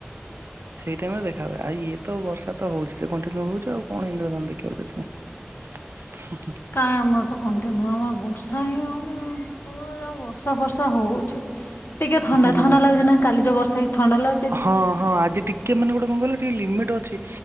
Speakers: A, on the right (about 75°); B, on the left (about 65°).
A: ସେଇ ଟାଇମ୍ ରେ ଦେଖା ହୁଏ ଆ ଇଏ ତ ବର୍ଷା ତ ହଉଛି ଯେ କଣ୍ଟିନ୍ୟୁ ହଉଛି ଆଉ କଣ ଇନ୍ଦ୍ରଧନୁ ଦେଖିବ ଯେ ତୁମେ। <inaudible>
B: କାଇଁ ଆମର ତ କଣ୍ଟିନୁ ଆମର ବର୍ଷା ହିଁ ହଉନି। ତମର ଯହାହଉ ବର୍ଷା ଫର୍ଷା ହଉଛି। ଟିକେ ଥଣ୍ଡା
A: ହୁଁ
B: ଥଣ୍ଡା ଲାଗୁଛି ନା କାଲି ଯୋଉ ବର୍ଷା ହେଇଛି ଥଣ୍ଡା ଲୁଗୁଛି।
A: ହଁ, ହଁ, ଆଜି ଟି କେମାନେେ ଗୋଟେ କଣ କହିଲ ଟିକଏ ଲିମିଟ୍ ଅଛି।